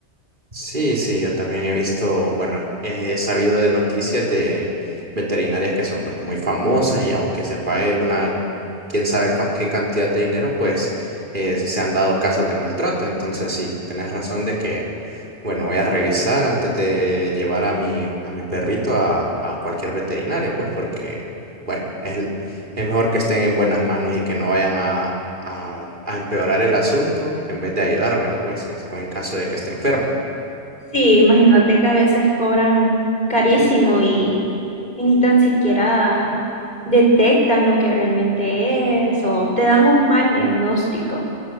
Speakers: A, on the right; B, on the left.
A: Sí, sí, yo también he visto, bueno, he sabido de noticias de veterinarias que son, bueno, muy famosas y aunque se pague una, quién sabe cua- qué cantidad de dinero, pues eh, se han dado casos de maltrato. Entonces sí, tenés razón de que, bueno, voy a revisar antes de llevar a mi, a mi perrito a, a cualquier veterinaria, pues porque, bueno, es, es mejor que estén en buenas manos y que no vayan a, a a empeorar el asunto en vez de ayudármelo, pues, en en caso de que esté enfermo.
B: Sí, imagínate que a veces cobran carísimo y, y ni tan siquiera detectan lo que realmente es o te dan un mal diagnóstico.